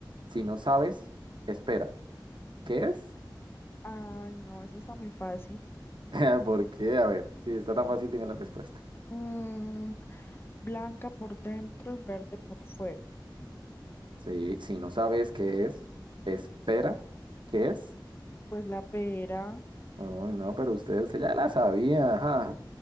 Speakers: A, on the right; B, on the left.
A: Si no sabes, espera. ¿Qué es?
B: Ay, no, esa está muy fácil.
A: <laughs> ¿Por qué? A ver, si está tan fácil, dime la respuesta.
B: Mm, blanca por dentro y verde por fuera.
A: Sí, si
B: Mm,
A: no sabes qué es, espera. ¿Qué es?
B: Pues la pera.
A: Uy, no, pero usted, usted ya la sabía, ajá.